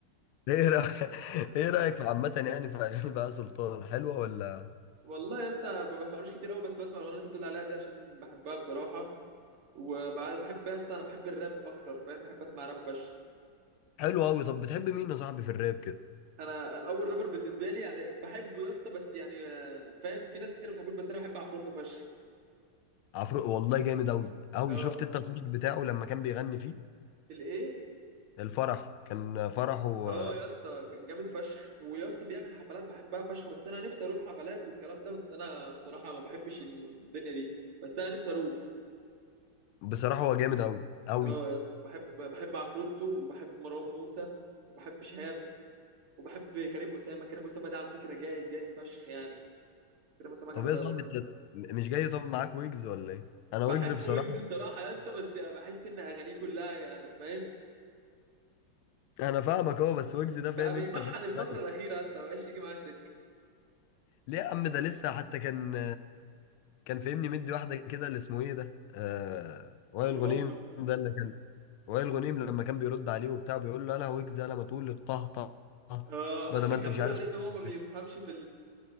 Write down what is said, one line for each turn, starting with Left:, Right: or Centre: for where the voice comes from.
Left: ايه رايك <laughs> ايه رايك في عامه يعني في اغاني بقى سلطان حلوه ولا
Right: <laughs> والله يا اسطى ما بسمعلوش كتير قوي بس بسمع الاغنيه اللي انت بتقول عليها دي عشان بحبها بصراحه وبحب يا اسطى انا بحب الراب اكتر فاهم بحب اسمع راب فشخ
Left: حلوه قوي طب بتحب مين يا صاحبي في الراب كده
Right: انا اول رابر بالنسبه لي يعني بحبه يا اسطى بس يعني آه، فاهم في ناس كتير ما بتحبوش بس انا بحب عفروتو فشخ
Left: عفروق والله جامد قوي قوي
Right: اه
Left: شفت انت الفرح بتاعه لما كان بيغني فيه
Right: الايه
Left: الفرح كان فرحه
Right: اه يا اسطى كان جامد فشخ ويا اسطى بيعمل حفلات بحبها فشخ بس انا نفسي اروح حفلات والكلام ده بس انا بصراحه ما بحبش الدنيا دي بس انا نفسي اروح
Left: بصراحه هو جامد قوي قوي
Right: اه يا اسطى بحب بحب عفروتو وبحب مروان موسى وبحب شهاب وبحب كريم اسامه كريم اسامه ده على فكره جاي جاي فشخ يعني كريم اسامه جامد
Left: طب ايه
Right: قوي
Left: يا صاحبي انت م- مش جاي طب معاك ويجز ولا ايه؟ انا
Right: بحب
Left: ويجز بصراحة
Right: ويجز بصراحه يا اسطى بس بحس ان اغانيه كلها فاهم
Left: انا فاهمك اهو بس ويجز ده فاهم
Right: بقى بيمحن
Left: انت فاهم
Right: الفتره
Left: ثانية.
Right: الاخيره يا اسطى ما بقاش يجي معاه سكه
Left: ليه يا عم ده لسه حتى كان كان فاهمني مدي واحدة كده اللي اسمه ايه ده؟ آه... وائل
Right: لبابلو
Left: غنيم ده اللي كان وائل غنيم لما كان بيرد عليه وبتاع بيقول له انا ويجز انا ما تقول لي الطه طه طه،
Right: اه
Left: بدل
Right: عشان
Left: ما انت
Right: كان
Left: مش
Right: بيقول
Left: عارف
Right: عليه
Left: تقول.
Right: ان هو ما بيفهمش
Left: كده.
Right: في